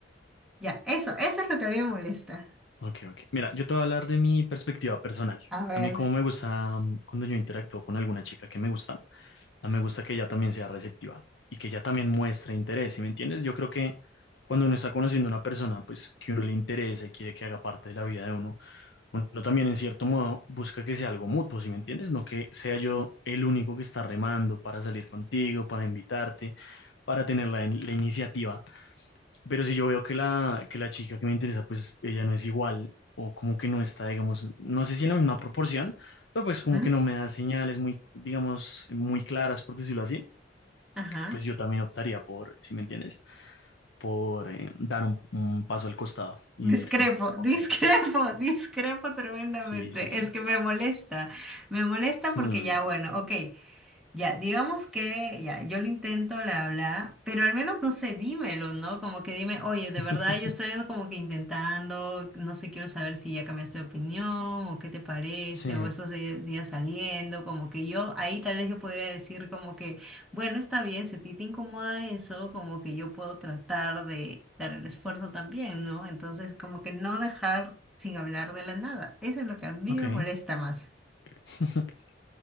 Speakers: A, in the centre; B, on the left.
A: ya, eso, eso es lo que a mí me molesta.
B: Ok, ok. Mira, yo te voy a hablar de mi perspectiva personal.
A: A ver,
B: A mí como me gusta mm, cuando yo interactúo con alguna chica que me gusta, a mí me gusta que ella también sea receptiva y que ella también muestre interés, ¿sí me entiendes? Yo creo que cuando uno está conociendo a una persona, pues que uno le interesa y quiere que haga parte de la vida de uno, uno también en cierto modo busca que sea algo mutuo, ¿sí me entiendes? No que sea yo el único que está remando para salir contigo, para invitarte, para tener la, la iniciativa pero si yo veo que la, que la chica que me interesa, pues ella no es igual, o como que no está, digamos, no sé si en la misma proporción, pero pues como
A: ¿Mm?
B: que no me da señales muy, digamos, muy claras, por decirlo así,
A: Ajá.
B: pues yo también optaría por, si me entiendes, por eh, dar un, un paso al costado y
A: Discrepo,
B: decir como, ok,
A: discrepo, <laughs> discrepo tremendamente.
B: sí, sí, sí.
A: Es que me molesta. Me molesta porque
B: hmm,
A: ya, bueno, ok. Ya, digamos que ya, yo lo intento, la habla, pero al menos no sé, dímelo, ¿no? Como que dime, oye,
B: <laughs>
A: de verdad yo estoy como que intentando, no sé, quiero saber si ya cambiaste de opinión o qué te parece,
B: Sí,
A: o esos di- días saliendo, como que yo ahí tal vez yo podría decir como que, bueno, está bien, si a ti te incomoda eso, como que yo puedo tratar de dar el esfuerzo también, ¿no? Entonces, como que no dejar sin hablar de la nada, eso es lo que a mí
B: ok.
A: me molesta más.
B: <laughs>